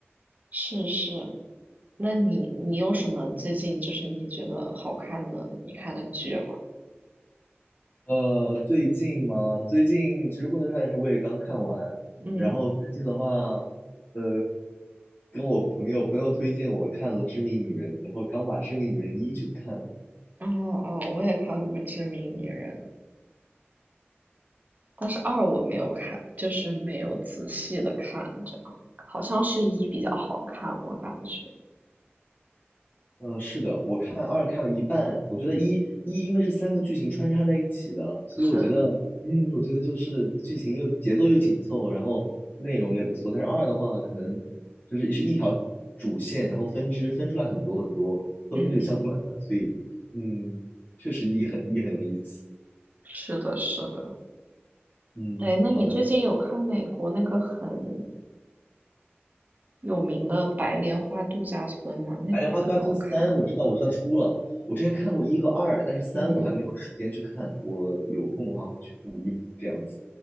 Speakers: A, on the right (about 40°); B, on the left (about 40°).
A: 是是。那你你有什么最近就是你觉得好看的你看的剧吗？
B: 呃，最近嘛，最近其实《混沌少年时》我也刚看完，
A: 嗯，
B: 然后最近的话，呃，跟我朋友朋友推荐我看了《致命女人》，然后刚把《致命女人一》去看了。
A: 哦哦，我也看过《致命女人》。但是二我没有看，就是没有仔细的看，这样好像是一比较好看，我感觉。
B: 呃，是的，我看二看了一半，我觉得一一因为是三个剧情穿插在一起的，所以我觉得，
A: 是，
B: 嗯，我觉得就是剧情又节奏又紧凑，然后内容也不错。但是二的话，可能就是是一条主线，然后分支分出来很多很多，都跟这个相关的，
A: 嗯嗯，
B: 所以，嗯，确实一很一很有意思。
A: 是的，是的。
B: 嗯，
A: 哎，那你最近有看美国那个很
B: 好的。
A: 有名的白莲花度假村吗？那个也可好看了。
B: 白莲花度假村三》，我知道，我知道出了。我之前看过一和二，但是三我还没有时间去看。
A: 嗯嗯
B: 我有空的话会去补一补，这样子。